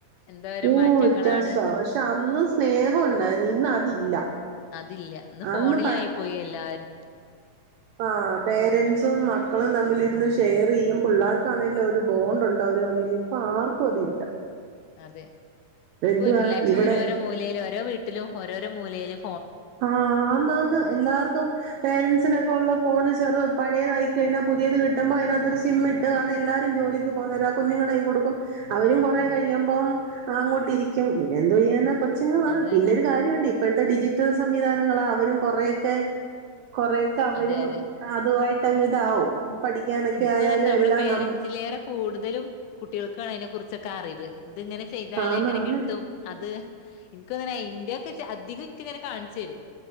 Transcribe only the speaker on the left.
എന്തോരം
മാറ്റങ്ങളാണ്
അതില്ല ഇന്ന് ഫോണിലായിപ്പോയി
എല്ലാരും
അതെ ഇപ്പൊ
ഒരു എല്ലാവർക്കും
ഓരോരോ മൂലയിലും ഓരോ വീട്ടിലും ഓരോരോ മൂലയിലും
ആ
അതന്നെ
അതെ അതെ
എനക്ക്
തന്ന നമ്മളുടെ
പേരൻറ്സിലേറെ
കൂടുതലും കുട്ടികൾക്കാണ് അതിനെ കുറിച്ചൊക്കെ അറിവ് ഇത്ങ്ങനെ ചെയ്താല്
എങ്ങനെ കിട്ടും അത് എനിക്കൊന്നന ഇന്ത്യ ഒക്കെ അധികം എനിക്കിങ്ങനെ കാണിച്ചു വരും